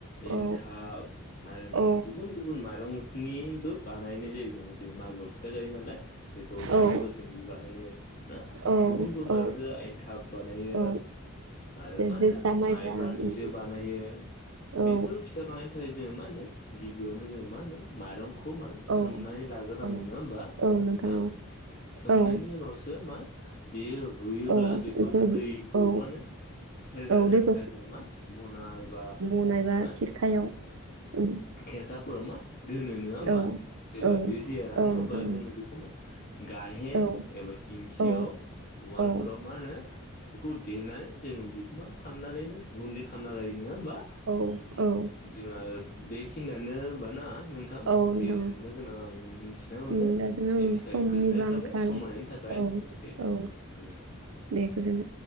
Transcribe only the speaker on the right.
औ
औ
औ
औ
औ
औ
उम
जोसा माइब्रा
उम
औ
औ
औ
औ
औ
औ
औ
औ
दैखौ
मनायबा खिरखायाव
उम
औ
औ
औ नोंथां
औ
औ
औ
औ
औ
औ
नोंथां
उम दा जों
समनिबो
आंखाल
औ
औ
दे गोजोनथों।